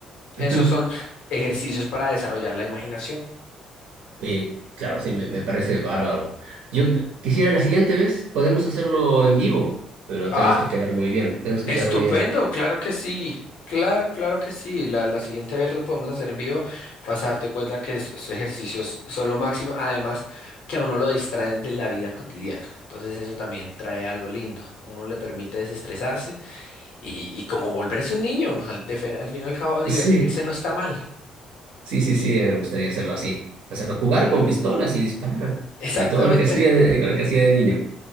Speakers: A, on the right; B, on the left.
A: <laughs>
B: Esos son ejercicios para desarrollar la imaginación.
A: Oye, claro, sí, me, me parece bárbaro. Yo quisiera la siguiente vez, podemos hacerlo en vivo, pero
B: ¡Ah!
A: tenemos que quedar muy bien, tenemos que
B: Estupendo,
A: quedar muy bien.
B: claro que sí. Claro, claro que sí. La, la siguiente vez lo podemos hacer en vivo. Vas a darte cuenta que esos ejercicios son lo máximo. Además, que a uno lo distraen de la vida cotidiana. Entonces eso también trae algo lindo. Uno le permite desestresarse y, y como volverse un niño. Al, de fe- al fin y al cabo, divertirse
A: Sí,
B: no está mal.
A: sí, sí, sí, me gustaría hacerlo así. Hacerlo jugar con pistolas y disparar.
B: <laughs> Exactamente.
A: Y todo lo que hacía de, lo que hacía de niño.